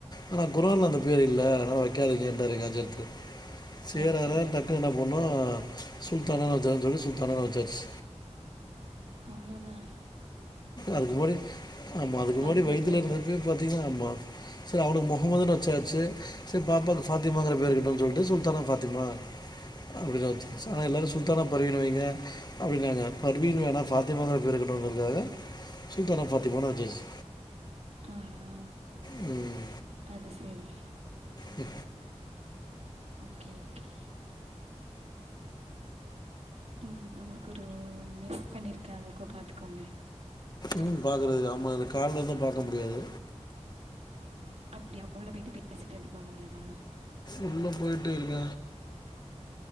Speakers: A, on the left; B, on the right.
A: ஆனா குரான்ல அந்த பேர் இல்ல அதனால வைக்காதீங்கன்ட்டாரு எங்க அஜத் சேரி
B: அப்படியா
A: அதா டக்குன்னு என்ன பண்ணோ சு சுல்தானானு வச்சிடலானு சொல்லி சுல்தானானு வச்சாச்சு
B: அவ்ளோதா
A: அதுக்கு முன்னாடி ஆமா அதுக்கு
B: ஃபாத்திமாங்கிற
A: முன்னாடி வயித்துல இருந்தப்பயே
B: பேர்
A: பாத்தீங்கனா ஆமா சேரி அவனுக்கு முகமதுனு வச்சாச்சு சேரி பாப்பாக்கு ஃபாத்திமாங்கிற பேரு இருக்கட்டுனு சொல்ட்டு சுல்தானா ஃபாத்திமா அப்டின்னு வச்சாச்சு ஆனா எல்லாரு சுல்தானா ஃபர்வின்னு வைங்க அப்டினாங்க ஃபர்வின் வேணா ஃபாத்திமாங்கற பேரு இருக்கட்டுங்கறதுக்காக சுல்தானா ஃபாத்திமானு வச்சாச்சு
B: அஹா
A: ம்
B: அது சேரி
A: ம்
B: ஓகே ஓகே ம் உங்களுக்கு ஒரு மெஸ் பண்ணிருக்கே அது இருக்கா பாத்துக்கோங்க
A: எங்க பாக்கறது ஆமா அதுல கால் வந்தா பாக்க முடியாது
B: அப்டியா உள்ள போயிட்டு பேசிட்டு அப்டி பாக்க முடியாதா
A: உள்ள போயிட்டு இருக்க